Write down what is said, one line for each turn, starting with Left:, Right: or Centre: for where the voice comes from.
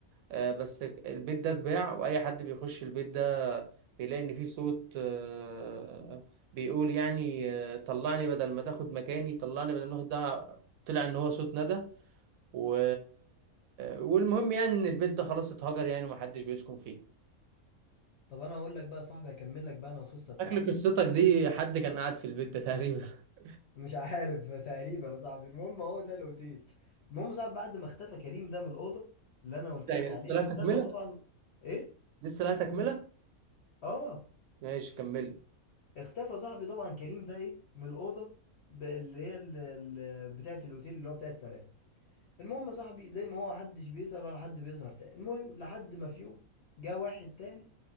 Right: آه، بس البيت ده اتباع واي حد بيخش البيت ده بيلاقي ان فيه صوت آه، بيقول يعني آه، طلعني بدل ما تاخد مكاني طلعني بدل ما تاخد ده طلع ان هو صوت ندى و... والمهم يعني ان البيت ده خلاص اتهجر يعني ومحدش بيسكن فيه
Left: طب انا هقول لك بقى يا صاحبي هكمل لك بقى انا القصه بتاعتي
Right: شكل قصتك دي حد كان قاعد في البيت ده تقريبا <laughs>
Left: مش عارف <laughs> تقريبا يا صاحبي المهم هو ده الاوتيل المهم يا صاحبي بعد ما اختفى كريم ده من الاوضه اللي انا قلت
Right: لا
Left: لك
Right: هي لسه
Left: عليها
Right: لا تكملة
Left: اختفى طبعا ايه
Right: لسه لا تكملة
Left: اه
Right: ماشي كمل
Left: اختفى صاحبي طبعا كريم ده ايه من الاوضه ب- اللي هي ال- ال- بتاعه الاوتيل اللي هو بتاع السلام المهم يا صاحبي زي ما هو محدش بيسأل ولا حد بيظهر تاني المهم لحد ما في يوم جه واحد تاني